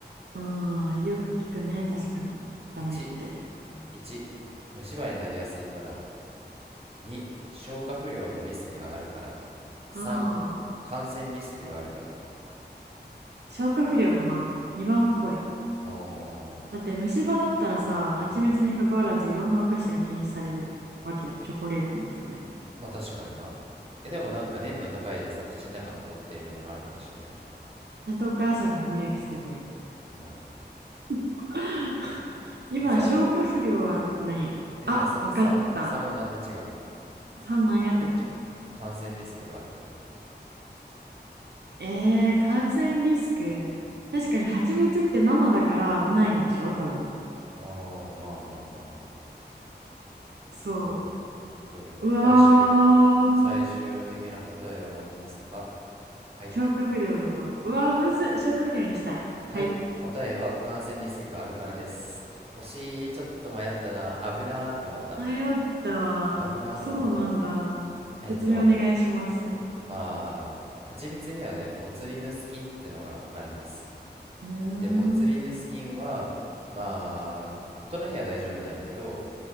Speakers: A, on the right (about 70°); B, on the right (about 35°).
A: うん、よく聞くね。確かに。ダメって。
B: ?1、1、虫歯になりやすいから。2、消化不良のリスクがあるから。3、
A: ああ。
B: 感染リスクがあるから。
A: 消化不良かな。2番っぽい。
B: うーん、
A: だって虫歯だったらさ、蜂蜜に関わらずいろんなお菓子が禁止されるわけやん。
B: うん。
A: チョコレートも含め。
B: まあ確かにな。え、でもなんか粘度高いでさ、口の中残ってみたいなのあるかもしれんよ。
A: ちゃんとお母さんが歯磨きすればいい。
B: うん。
A: <laughs> 2番、
B: え、じゃあ、
A: 消化不良は何あ、
B: え、じゃあさ、
A: わかった。
B: さんは、さんはなんで違うの
A: 3なんやったっけ
B: 感染リスクがあるから。
A: えー、感染リスク。確かに蜂蜜って生だから危ないんでしょ多分。
B: あー、まあまあまあまあ。
A: そ
B: どうよ。どうよ。
A: う。うわー。
B: 最終、最終的な答えは何ですかはい。
A: 消化不良だと。うわー、むずっ。消化不良にしたい。
B: はい。
A: はい。
B: 答えは感染リスクがあるからです。惜しい。ちょっと迷ったな。危なーって思った。
A: 迷ったわ。
B: 危なーって思ったわ。
A: そうなんだ。
B: えっと、
A: 説明お願いします。はい。
B: まあ、蜂蜜にはね、ボツリヌス菌ってのがあります。
A: うー
B: で、ボツリヌス菌は、
A: ん。
B: まあ、大人には大丈夫なんやけど、